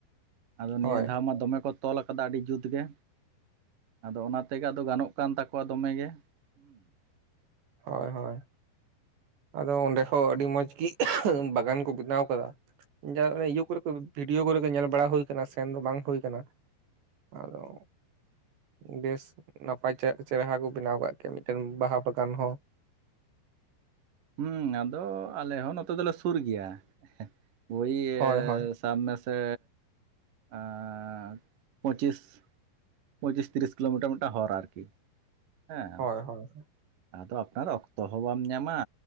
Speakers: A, on the right; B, on the right.
A: ᱟᱫᱚ ᱱᱤᱭᱟᱹ
B: ᱦᱳᱭ
A: ᱫᱷᱟᱣ ᱢᱟ ᱫᱚᱢᱮ ᱠᱚ ᱛᱚᱞ ᱠᱟᱫᱟ ᱟᱹᱰᱤ ᱡᱩᱛᱜ ᱜᱮ ᱟᱫᱚ ᱚᱱᱟ ᱛᱮᱜᱮ ᱟᱫᱚ ᱜᱟᱱᱚᱜ ᱠᱟᱱ ᱛᱟᱠᱚᱣᱟ ᱫᱚᱢᱮᱜᱮ ᱦᱩᱸ <unintelligible>
B: ᱦᱳᱭ ᱦᱳᱭ ᱟᱫᱚ ᱚᱸᱰᱮ ᱦᱚᱸ ᱟᱹᱰᱤ ᱢᱚᱸᱡᱽ ᱜᱤ ᱵᱟᱜᱟᱱ ᱠᱚ ᱵᱮᱱᱟᱣ ᱟᱠᱟᱫᱟ ᱡᱮ ᱤᱭᱩ ᱠᱚᱨᱮ ᱠᱚ ᱵᱷᱤᱰᱭᱳ ᱠᱚᱨᱮ ᱠᱚ ᱧᱮᱞ ᱵᱟᱲᱟ ᱦᱩᱭ ᱟᱠᱟᱱᱟ ᱥᱮᱱ ᱫᱚ ᱵᱟᱝ ᱦᱩᱭ ᱟᱠᱟᱱᱟ ᱟᱫᱚ ᱵᱮᱥ ᱱᱟᱯᱟᱭ ᱪᱮᱨᱦᱟ ᱠᱚ ᱵᱮᱱᱟᱣ ᱠᱟᱜ ᱠᱮᱭᱟ ᱢᱤᱫᱴᱮᱱ ᱵᱟᱦᱟ ᱵᱟᱜᱟᱱ ᱦᱚᱸ
A: ᱦᱮᱸ ᱟᱫᱚ ᱟᱞᱮ ᱦᱚᱸ ᱱᱚᱛᱮ ᱫᱚᱞᱮ ᱥᱩᱨ ᱜᱮᱭᱟ ᱳᱭ
B: ᱦᱳᱭ
A: ᱮᱻᱻ
B: ᱦᱳᱭ
A: ᱥᱟᱵ ᱢᱮᱥᱮ ᱮᱻᱻᱯᱚᱸᱪᱤᱥ ᱯᱚᱸᱪᱤᱥ ᱛᱤᱨᱤᱥ ᱠᱤᱞᱳᱢᱤᱴᱟᱨ ᱢᱤᱫᱴᱟᱝ ᱦᱚᱨ ᱟᱨᱠᱤ ᱦᱮᱸ
B: ᱦᱳᱭ ᱦᱳᱭ
A: ᱟᱫᱚ ᱟᱯᱱᱟᱨ ᱚᱠᱛᱚ ᱦᱚᱸ ᱵᱟᱢ ᱧᱟᱢᱟ